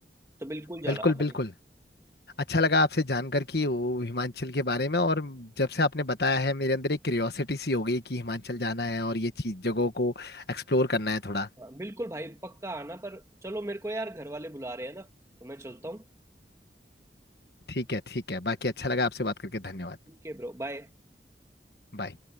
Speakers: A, on the right; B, on the left.
A: तो बिल्कुल जाना
B: बिल्कुल
A: आप
B: बिल्कुल
A: भाई
B: अच्छा लगा आपसे जानकर कि वो हिमाचल के बारे में और जब से आपने बताया है मेरे अंदर एक क्यूरियोसिटी सी हो गई कि हिमाचल जाना है और ये चीज जगहों को एक्सप्लोर करना है थोड़ा
A: हाँ, बिल्कुल भाई पक्का आना पर चलो मेरे को यार घर वाले बुला रहे हैं ना तो मैं चलता हूँ
B: ठीक है ठीक है बाकी अच्छा लगा आपसे बात करके धन्यवाद
A: Okay bro bye
B: बाय